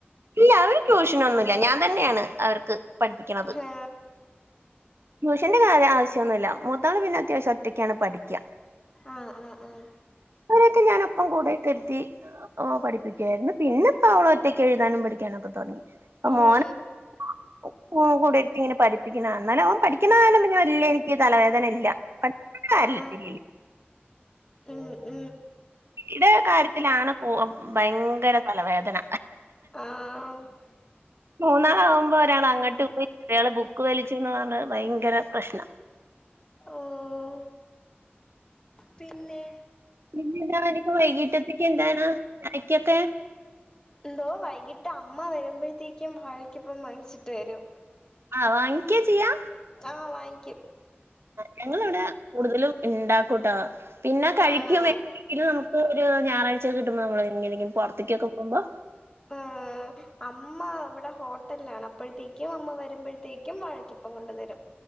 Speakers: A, on the right; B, on the left.
A: ഇല്ല അവര് ട്യൂഷന് ഒന്നുംല്ല ഞാൻ തന്നെയാണ് അവർക്ക് പഠിപ്പിയ്ക്ക്ണത്.
B: ഹേ
A: ട്യൂഷന്റെ കാര്യം ആവശ്യൊന്നുല്ല മൂത്താള് പിന്നെ അത്യാവശം ഒറ്റയ്ക്കാണ് പഠിയ്ക്ക.
B: ആഹ് ആഹ് ആഹ്
A: രൊക്കെ ഞാനൊപ്പം കൂടെയൊക്കെ ഇര്ത്തി ഓ പഠിപ്പിക്യായിരുന്നു പിന്നെപ്പ അവള് ഒറ്റയ്ക്ക് എഴുതാനും പഠിക്കാനൊക്കെ തൊടങ്ങി. പ്പം
B: ഉം
A: മോന് ഒപ്പംകൂടിയിരുത്തി ഇങ്ങനെ പഠിപ്പിക്കണം എന്നാലെ ഓൻ പഠി പഠിപ്പിക്കണ കാര്യം വല്യ എനിക്ക് തലവേദന ഇല്ല പഠിപ്പിക്ക്ണ കാര്യത്തില്
B: ആഹ് ഉം ഉം
A: ഇത കാര്യത്തിലാണ് ഭയങ്കര തലവേദന
B: ആഹ്
A: മൂന്നാള ആകുമ്പോൾ ഒരാണ് അങ്ങോട്ട് പോയിയാള് ബുക്ക് ബക്ക് വലിച്ച എന്നതാണ് ഭയങ്കര പ്രശ്ന
B: ഊൗ പിന്നെ
A: പിന്നെന്താനിക്ക് വൈകീട്ടത്തേക്ക് എന്താണ് അയ്ക്കൊക്കെ
B: എന്തോ വൈകിട്ട് അമ്മ വരുമ്പോഴത്തേക്കും വാഴക്കിപ്പം വാങ്ങിച്ചിട്ട് വരും
A: ആ വാങ്ങിക്കാ ചെയ്യാ
B: ആഹ് വാങ്ങിക്കും.
A: ഞങ്ങവിടെ കൂടുതലും ഉണ്ടാക്കൂട്ടോ പിന്നെ കഴിക്കും
B: ആണാ
A: ഇനി നമുക്ക് ഒരു ഞായറാചൊക്ക കിട്ടുമ്പോ നമ്മങ്ങനെങ്കും പുറത്തേക്കൊക്കെ പോകുബോ
B: ആ അമ്മ ഇവിടെ ഹോട്ടലാണ് അപ്പോഴത്തേക്കും അമ്മ വരുമ്പോഴത്തേക്കും വഴക്കിപ്പം കൊണ്ടു തരും.